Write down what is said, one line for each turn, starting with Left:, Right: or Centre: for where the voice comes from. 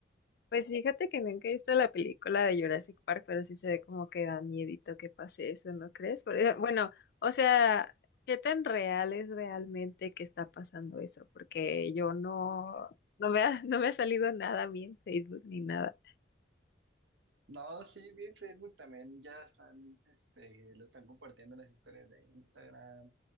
Left: Pues fíjate que nunca he visto la película de Jurassic Park, pero sí se ve como que da miedito que pase eso, ¿no crees? Por eso- bueno, o sea, ¿qué tan real es realmente que está pasando eso? Porque yo no, no me ha, <laughs> no me ha salido nada a mí en Facebook ni nada.
Right: No, sí, vi en Facebook también, ya están, este, lo están compartiendo en las historias de Instagram,